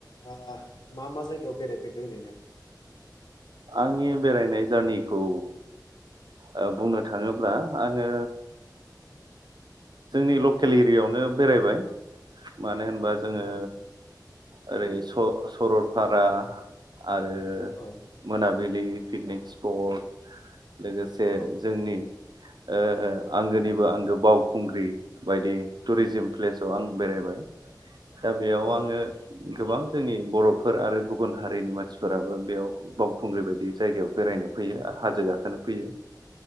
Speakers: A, on the left (about 70°); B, on the right (about 75°).
A: आह मा मा जायगायाव बेरायफेरखो ओरैनो?
B: आंनि बेरायनाय जारनिखौ ओ बुंनो थाङोब्ला आङो जोंनि लकेल एरियायावनो बेरायबाय मानो होमबा जोङो
A: औ
B: ओरै स-सरलपारा आरो
A: औ
B: मोनाबिलि पिकनिक स्पर्ट लोगोसे
A: औ
B: जोंनि ओ आंगोनिबो आंगो बाव खुंग्रि बायदि टुरिजिम प्लेसाव आं बेरायबाय दा बेयाव
A: औ
B: आंङो गोबां जोंनि बरफोर आरो गुबुन हारिनि मानसिफोराबो बेयाव बावखुंग्रि बायदि जायगायाव बेरायनो फैयो हाजो गाखोनो फैयो